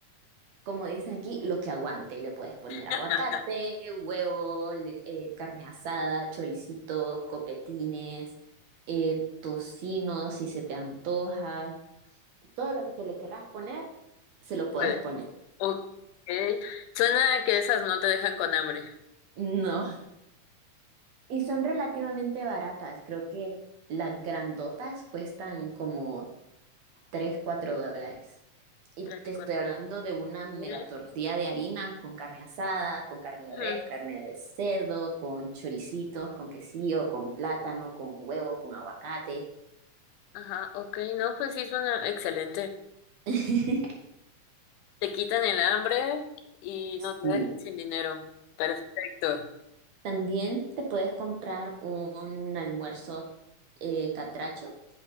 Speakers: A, on the right (about 65°); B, on the left (about 85°).
A: como dicen aquí, lo que aguante. Le puedes poner aguacate,
B: <laughs>
A: huevo, le- eh, carne asada, choricitos, copetines, eh, tocino, si se te antoja, todo lo que le querrás poner se lo puedes
B: Puede.
A: poner.
B: Ok. Suena a que esas no te dejan con hambre.
A: No. Y son relativamente baratas. Creo que las grandotas cuestan como 3 4 dólares. Y
B: Tres,
A: te estoy
B: cuatro.
A: hablando de una mega
B: siete.
A: tortilla de harina con carne asada, con carne de
B: Ujú.
A: res, carne de cerdo, con choricitos, con quesillo, con plátano, con huevo, con aguacate.
B: Ajá, ok. No, pues sí, suena excelente.
A: <laughs>
B: Te quitan el hambre y no te
A: Sí.
B: dejan sin dinero. Perfecto.
A: También te puedes comprar un almuerzo eh, catracho,